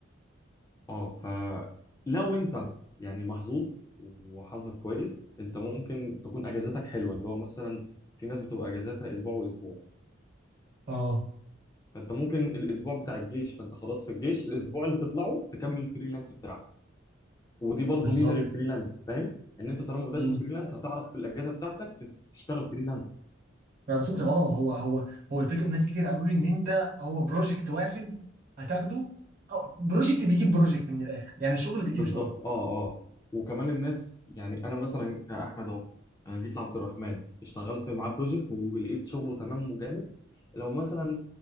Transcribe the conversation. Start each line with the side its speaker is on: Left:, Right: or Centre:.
Left: اه فلو انت يعني محظوظ وحظك كويس انت ممكن تكون اجازاتك حلوه اللي هو مثلا في ناس بتبقى اجازاتها اسبوع واسبوع
Right: اه
Left: فانت ممكن الاسبوع بتاع الجيش فانت خلاص في الجيش الاسبوع اللي تطلعه تكمل الفريلانس بتاعك ودي برضو
Right: بالظبط
Left: ميزه للفريلانس فاهم ان انت طالما بدات
Right: مم.
Left: في فريلانس هتعرف في الاجازه بتاعتك تس- تشتغل فريلانس
Right: على فكره اه هو هو هو الفكره ناس كتير قالوا لي ان انت هو بروجكت واحد هتاخده او بروجكت بيجيب بروجكت من الاخر يعني الشغل بيجيب
Left: بالظبط
Right: شغل
Left: اه اه وكمان الناس يعني انا مثلا كاحمد اهو انا جيت لعبد الرحمن اشتغلت معاه بروجكت ولقيت شغله تمام وجامد لو مثلا